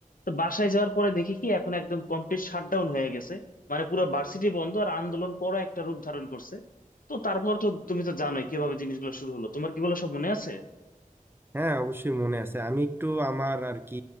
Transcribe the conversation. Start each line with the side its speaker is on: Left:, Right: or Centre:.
Left: তো বাসায় যাওয়ার পরে দেখি কি এখন একদম কমপ্লিট শাটডাউন হয়ে গেছে মানে পুরো ভার্সিটি বন্ধ আর আন্দোলন করা একটা রূপ ধারণ করছে তো তারপর তো তুমি তো জানোই কিভাবে জিনিসগুলো শুরু হলো তোমার কি এগুলো সব মনে আছে
Right: হ্যাঁ অবশ্যই মনে আছে আমি একটু আমার আর কি